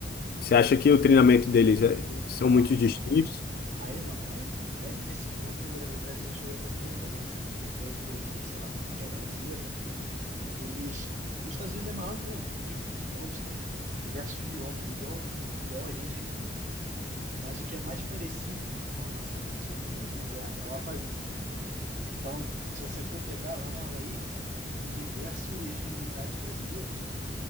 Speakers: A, on the left (about 55°); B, on the right (about 45°).
A: você acha que o treinamento deles é- são
B: não,
A: muito
B: não,
A: distintos?
B: não. Aí não, aí não. É, nesse ponto o Bra- o Brasil chega até a ser referência. Pelo que eu conversei lá com o coronel brasileiro, né? Eles, os Estados Unidos é maior do que o Brasil, né? É gigante. Então eles têm diversos biomas igual, igual a gente aqui. Mas o que é mais parecido com a nossa Amazônia, pelo menos, é, é o Havaí, né? Então, se você for pegar lá no Havaí, tem diversos militares brasileiros